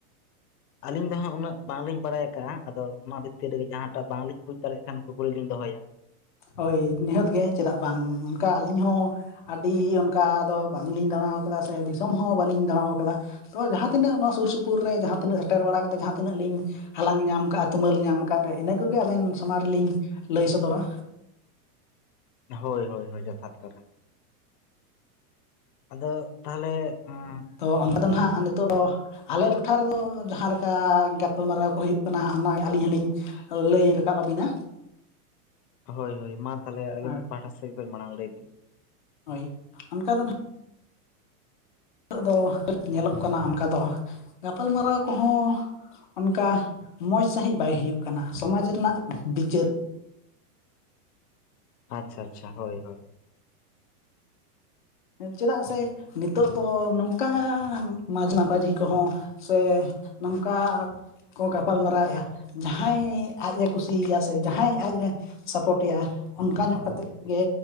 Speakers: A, on the left (about 85°); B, on the left (about 35°).
A: ᱟᱹᱞᱤᱧ ᱫᱚ ᱦᱟᱸᱜ ᱩᱱᱟᱹᱜ ᱵᱟᱝᱞᱤᱧ ᱵᱟᱲᱟᱭ ᱟᱠᱟᱜ-ᱟ᱾ ᱟᱫᱚ ᱚᱱᱟ ᱵᱷᱤᱛᱤᱨ ᱨᱮᱜᱮ ᱡᱟᱦᱟᱸ ᱴᱟᱜ ᱵᱟᱝᱞᱤᱧ ᱵᱩᱡᱽ ᱫᱟᱲᱮᱭᱟᱜ ᱠᱷᱟᱱ ᱠᱩᱠᱞᱤ ᱞᱤᱧ ᱫᱚᱦᱚᱭᱟ᱾
B: ᱦᱳᱭ ᱱᱤᱦᱟᱹᱛ ᱜᱮ ᱪᱮᱫᱟᱜ ᱵᱟᱝ, ᱚᱱᱠᱟ ᱟᱹᱞᱤᱧ ᱦᱚᱸ ᱟᱹᱰᱤ ᱚᱱᱠᱟ ᱫᱚ ᱵᱟᱝᱞᱤᱧ ᱫᱟᱬᱟ ᱠᱟᱫᱟ ᱥᱮ ᱫᱤᱥᱚᱢ ᱦᱚᱸ ᱵᱟᱹᱞᱤᱧ ᱫᱟᱬᱟᱣ ᱟᱠᱟᱫᱟ᱾ ᱛᱚ ᱡᱟᱦᱟᱸ ᱛᱤᱱᱟᱹᱜ ᱱᱚᱣᱟ ᱥᱩᱨ ᱥᱩᱯᱩᱨ ᱨᱮ ᱡᱟᱦᱟᱸ ᱛᱤᱱᱟᱹᱜ ᱥᱮᱴᱮᱨ ᱵᱟᱲᱟ ᱠᱟᱛᱮ ᱡᱟᱦᱟᱸ ᱛᱤᱱᱟᱹᱜ ᱞᱤᱧ ᱦᱟᱞᱟᱝ ᱧᱟᱢ ᱠᱟᱫ-ᱟ, ᱛᱩᱢᱟᱹᱞ ᱧᱟᱢ ᱟᱠᱟᱫ ᱨᱮ ᱤᱱᱟᱹ ᱠᱚᱜᱮ ᱟᱵᱮᱱ ᱥᱟᱢᱟᱝ ᱨᱮᱞᱤᱧ ᱞᱟᱹᱭ ᱥᱚᱫᱚᱨᱟ᱾
A: ᱦᱳᱭ ᱦᱳᱭ ᱦᱳᱭ ᱡᱚᱛᱷᱟᱛ ᱠᱟᱱᱟ᱾ ᱟᱫᱚ ᱛᱟᱦᱚᱞᱮ ᱮᱸ
B: ᱛᱚ ᱚᱱᱠᱟ ᱫᱚ ᱱᱟᱦᱟᱜ ᱱᱤᱛᱚᱜ ᱫᱚ ᱟᱞᱮ ᱴᱚᱴᱷᱟ ᱨᱮᱫᱚ ᱡᱟᱦᱟᱸ ᱞᱮᱠᱟ ᱜᱟᱯᱟᱞ ᱢᱟᱨᱟᱣ ᱠᱚ ᱦᱩᱭᱩᱜ ᱠᱟᱱᱟ ᱦᱟᱸᱜ ᱚᱱᱟ ᱟᱹᱞᱤᱧ ᱦᱚᱸ ᱞᱤᱧ ᱞᱟᱹᱭ ᱨᱟᱠᱟᱵ ᱟᱹᱵᱤᱱᱟ᱾
A: ᱦᱳᱭ ᱦᱳᱭ ᱢᱟ ᱛᱟᱦᱚᱞᱮ ᱟᱹᱵᱤᱱ
B: ᱦᱳᱭ
A: ᱯᱟᱦᱴᱟ ᱥᱮᱫ ᱠᱷᱚᱱ ᱢᱟᱲᱟᱝ ᱞᱟᱹᱭ ᱵᱤᱱ᱾
B: ᱦᱳᱭ ᱚᱱᱠᱟ ᱫᱚ ᱦᱟᱸᱜ ᱱᱤᱛᱚᱜ ᱫᱚ ᱧᱮᱞᱚᱜ ᱠᱟᱱᱟ ᱚᱱᱠᱟ ᱫᱚ ᱦᱟᱸᱜ ᱜᱟᱯᱟᱞ ᱢᱟᱨᱟᱣ ᱠᱚᱦᱚᱸ ᱚᱱᱠᱟ ᱢᱚᱸᱡᱽ ᱥᱟᱹᱦᱤᱡᱽ ᱵᱟᱭ ᱦᱩᱭᱩᱜ ᱠᱟᱱᱟ᱾ ᱥᱚᱢᱟᱡᱽ ᱨᱮᱱᱟᱜ ᱵᱤᱪᱟᱹᱨ
A: ᱟᱪ-ᱪᱷᱟ ᱟᱪ-ᱪᱷᱟ ᱦᱳᱭ ᱦᱳᱭ,
B: ᱪᱮᱫᱟᱜ ᱥᱮ ᱱᱤᱛᱚᱜ ᱫᱚ ᱱᱚᱝᱠᱟ ᱢᱟᱡᱽ ᱢᱟᱯᱟᱡᱤ ᱠᱚᱦᱚᱸ ᱥᱮ ᱱᱚᱝᱠᱟ ᱠᱚ ᱜᱟᱯᱟᱞ ᱢᱟᱨᱟᱣ ᱮᱜ-ᱟ᱾ ᱡᱟᱦᱟᱸᱭ ᱟᱡ ᱮ ᱠᱩᱥᱤᱭᱟᱜ ᱥᱮ ᱡᱟᱦᱟᱸᱭ ᱟᱡ ᱮ ᱥᱟᱯᱚᱴᱮᱭᱟ, ᱚᱱᱠᱟ ᱧᱚᱜ ᱠᱟᱛᱮᱜ ᱜᱮ